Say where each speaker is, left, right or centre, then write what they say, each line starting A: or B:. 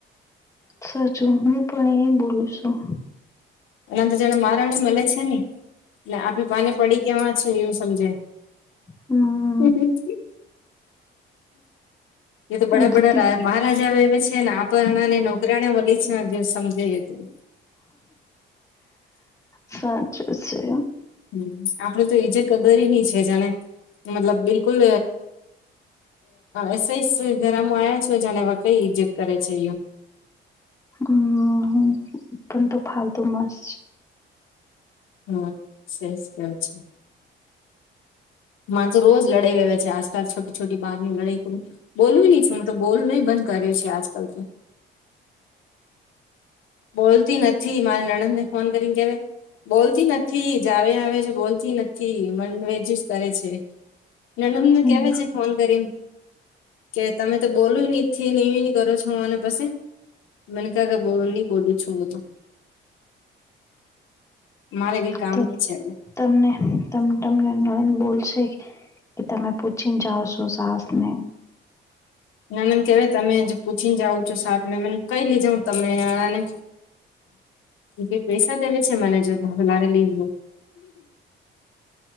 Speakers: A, on the left (about 15°); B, on the left (about 85°).
A: સાચું, હું પણ એ બોલું છું.
B: એનાંદર જાને મારણી મે છે ને, એટલે આપડી પાને પડી. કે માં છે, એવું સમજે.
A: હમ્મ
B: હમ્મ હ એ તો બડા
A: બુદ્ધિ
B: બડા મહારાજા એ છે ને આપણાને નોકરીને વલી છે. હાજ સમજે તું
A: સાચું છે.
B: હમ્મ આપડે તો ઈજત કદરીની છે જેને મતલબ બિલકુલ એસઈસ ઘરામાં આવ્યા છો જાને કઈ ઈજ્જત કરે છે
A: હમ્મ અપન તો ફાલતુ મસ્.
B: હમ્મ શહેસ કેહો છો માર તો રોજ લડાઈ વવે છે આજકાલ છોટી છોટી બારની લડાઈ બોલવી નહી છ હું તો બોલ ન બંધ કર્યો છે આજકાલ તો. બોલતી નથી મારી નણંદ ને ફોન કરીને કેવા બોલતી નથી જ આવે આવે છે બોલતી નથી મન વજ જ કરે છે. નાનંદને
A: હમ
B: કેવે છે ફોન કરી કે તમે તો બોલું ન કરો છો હું મને પછી મને ક કે બો બોલું છું બધું મારે કઈ કામ
A: તો
B: ન છે એલે.
A: તમને ત તમને નણંદ બોલશે. કે તમે પૂછીને જાા છો સાહસ ને.
B: નાનંદ કેહેવાય તમે પૂછીને જાાવ છો સાપ મ કઈ લીજ હ તમે આણા ને કઈ પૈસા દેવે છે મને જો લારે લી